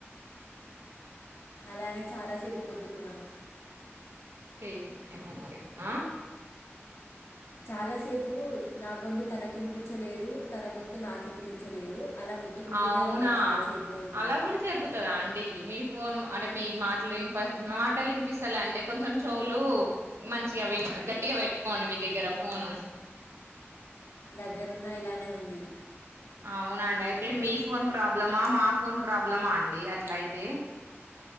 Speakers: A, on the left; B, on the right.
A: అలానే చాలాసేపు మొత్తుకున్నాం
B: తే ఏమో మరి ఆ
A: చాలాసేపు నా గొంతు తనకినిపించలేదు తన గొంతు నాకు వినిపించలేదు అలా ముత్తుకుంటూనే
B: అవునా
A: ఉన్నాం చాలాసేపు అంటున్నా
B: అలా కూడా తిరుగుతదా అండి మీ ఫోను అంటే మీ మాటలు వినిప మాటలు వినిపిస్తలే అంటే కొంచెం చోలు మంచిగా విన్ గట్టిగా పెట్టుకోండి మీ దగ్గర ఫోను
A: దగ్గరున్న ఇలానే ఉంది
B: అవునండి అయితే మీ ఫోన్ ప్రాబ్లమా మా ఫోన్ ప్రాబ్లమా అండి అట్ల అయితే